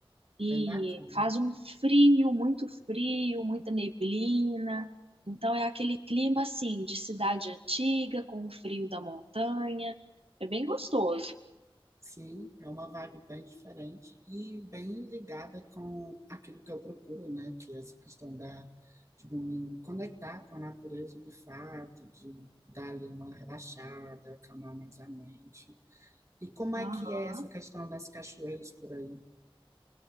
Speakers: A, on the right; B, on the right.
A: e
B: bem bacana.
A: faz um frio, muito frio, muita neblina. Então é aquele clima assim de cidade antiga com o frio da montanha. É bem gostoso.
B: Sim, é uma vibe bem diferente e bem ligada com aquilo que eu procuro, né? Que é essa questão da, de me conectar com a natureza de fato, de dar ali uma relaxada, acalmar mais a mente. E como é
A: Aham.
B: que é essa questão das cachoeiras por aí?